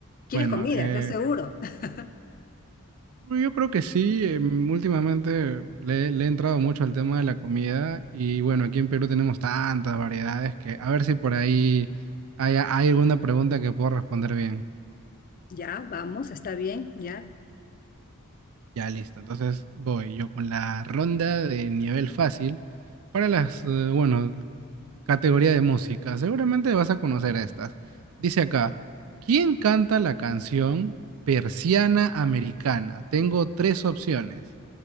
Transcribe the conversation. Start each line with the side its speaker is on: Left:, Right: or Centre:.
Left: ¿Quieres
Right: Bueno,
Left: comida?
Right: eh,
Left: ¿Estás seguro? <laughs>
Right: yo creo que sí, em, últimamente le, le he entrado mucho al tema de la comida y bueno, aquí en Perú tenemos tantas variedades que a ver si por ahí hay, hay alguna pregunta que puedo responder bien.
Left: Ya, vamos, está bien, ya,
Right: Ya listo, entonces voy yo con la ronda de nivel fácil para las, eh, bueno, categoría de música. Seguramente vas a conocer estas. Dice acá, ¿quién canta la canción Persiana Americana? Tengo tres opciones,